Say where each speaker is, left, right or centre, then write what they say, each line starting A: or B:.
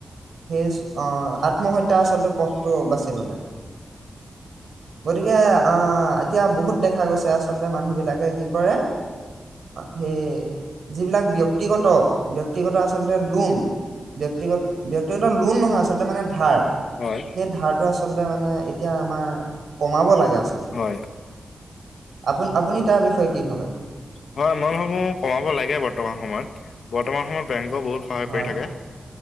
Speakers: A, on the right; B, on the left.
A: সেই আহ, আত্মহত্যা আচলতে পথটো বাচি ললে। গতিকে আ এতিয়া বহুত দেখা গৈছে আচলতে মানুহবিলাকে কি কৰে সেই যিবিলাক ব্যক্তিগত, ব্যক্তিগত আচলতে লোন ব্যক্তিগত ব্যক্তিগত লোন নহয় আচলতে মানে ধাৰ।
B: হয়
A: সেই ধাৰটো আচলতে মানে এতিয়া আমাৰ কমাব লাগে আচল
B: হয়
A: আপুনি তাৰ বিষয়ে কি ভাবে?
B: হয় মই ভাবো কমাব লাগে বৰ্তমান বৰ্তমান সময়ত, বৰ্তমান সময়ত বেং বহুত সহায়
A: হয়,
B: কৰি থাকে।